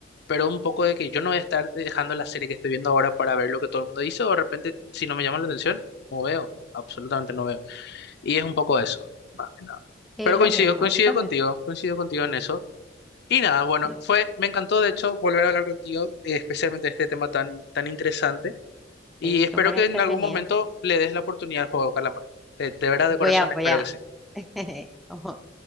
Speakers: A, on the left; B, in the centre.
A: pero un poco de que yo no voy a estar dejando la serie que estoy viendo ahora para ver lo que todo el mundo dice, o de repente si no me llama la atención, no veo, absolutamente no veo. Y es un poco eso, más que nada.
B: Sí,
A: Pero
B: lo
A: coincido,
B: mismo,
A: coincido
B: yo también.
A: contigo, coincido contigo en eso. Y nada, bueno,
B: Sí,
A: fue, me encantó de hecho volver a hablar contigo, eh, especialmente de este tema tan, tan interesante, y
B: sí,
A: espero
B: súper
A: que
B: entretenido.
A: en algún momento le des la oportunidad al juego de calamar. De, de verdad,
B: Voy
A: de corazón,
B: a, voy
A: espero
B: a.
A: que sí.
B: <laughs> Ojo,